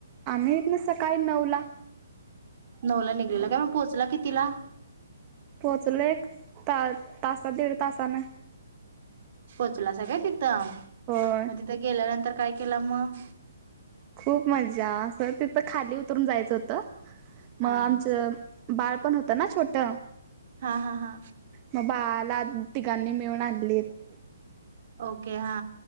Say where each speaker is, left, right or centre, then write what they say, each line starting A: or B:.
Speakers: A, on the right; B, on the right.
A: आम्ही इथनं सकाळी नऊ ला.
B: नऊला निघलेला का मग पोहचला कितीला?
A: पोचलो एक ता तासा दीड तासानं.
B: पोचलासा काय तिथं.
A: होय
B: मग तिथं गेल्यानंतर काय केलं मग?
A: खूप मजा असं तिथं खाली उतरून जायचं होतं.
B: हा
A: मग आमचं बाळ पण होत होता ना छोटं.
B: हा हा हा
A: मग बाळाला तिघांनी मिळून आणलीत.
B: ओके हा